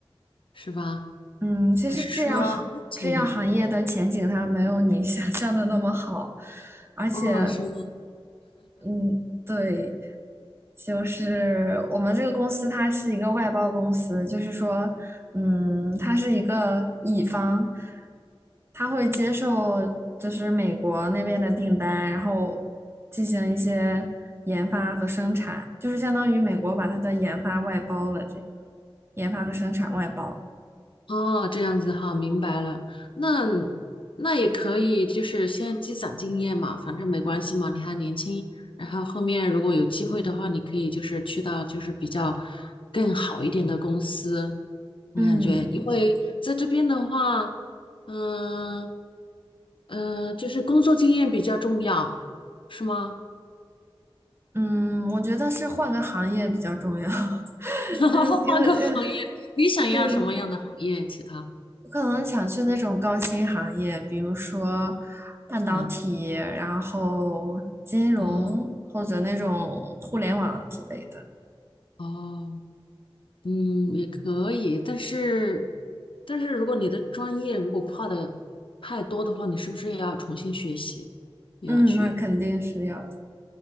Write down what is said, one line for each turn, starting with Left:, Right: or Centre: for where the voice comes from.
Left: 是吧？
Right: 嗯，其实制药行制药行业的前景它没有你想象的那么好，
Left: 还是说目前？
Right: 而且，
Left: 哦，是吗？
Right: 嗯，对，就是我们这个公司它是一个外包公司，就是说，嗯，它是一个乙方，他会接受就是美国那边的订单，然后进行一些研发和生产，就是相当于美国把它的研发外包了，这样研发和生产外包。
Left: 哦，这样子哈，明白了。那那也可以，就是先积攒经验嘛，反正没关系嘛，你还年轻。然后后面如果有机会的话，你可以就是去到就是比较更好一点的公司。我感觉，
Right: 嗯，
Left: 因为在这边的话，嗯、嗯、就是工作经验比较重要，是吗？
Right: 嗯，我觉得是换个行业比较重要，<laughs>
Left: <laughs>
Right: 嗯，因为因为
Left: 换个行业，你想要什么样的行业？
Right: 对，
Left: 其他？
Right: 我可能想去那种高薪行业，比如说半导体，
Left: 嗯。
Right: 然后金融或者那种互联网之类的。
Left: 哦哦，嗯，也可以，但是，但是如果你的专业如果跨的太多的话，你是不是也要重新学习，也要去？
Right: 嗯，那肯定是要的。